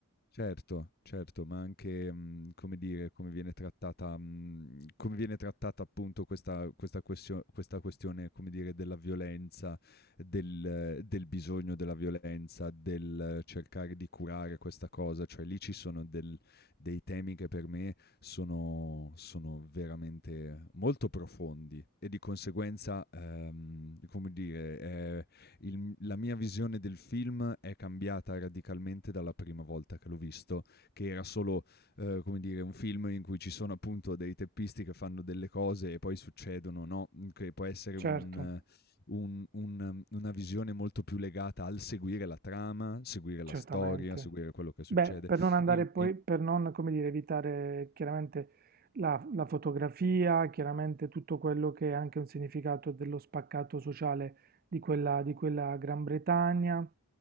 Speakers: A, on the left (about 45°); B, on the right (about 40°).
A: Certo, certo, ma anche, mhmm, come dire, come viene trattata mhmm, come viene trattata appunto questa questa questio questa questione, come dire, della violenza, del del bisogno della violenza, del cercare di curare questa cosa, cioè lì ci sono del dei temi che per me sono sono veramente molto profondi e di conseguenza, ehm, come dire, il- la mia visione del film è cambiata radicalmente dalla prima volta che l'ho visto, che era solo, eh, come dire, un film in cui ci sono appunto dei teppisti che fanno delle cose e poi succedono, no? Mm, Che può essere
B: certo,
A: un, eh, un- un, eh, una visione molto più legata al seguire la trama, seguire
B: certamente.
A: la storia, seguire quello che succede.
B: Beh, per non andare
A: E-
B: poi,
A: e-
B: per non, come dire, evitare chiaramente la, la fotografia, chiaramente tutto quello che è anche un significato dello spaccato sociale di quella, di quella Gran Bretagna.